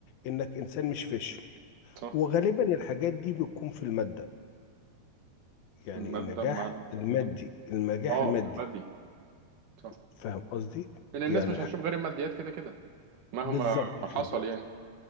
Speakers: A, on the left (about 75°); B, on the right (about 65°).
A: انك انسان مش فاشل
B: صح
A: وغالبا الحاجات دي بتكون في المادة
B: في
A: يعني
B: المادة
A: النجاح
B: بمعنى
A: المادي النجاح
B: اه
A: المادي
B: في المادي صح
A: فاهم قصدي
B: لان الناس
A: يعني
B: مش
A: الح-
B: هتشوف غير الماديات كده كده مهما
A: بالظبط كده
B: حصل يعني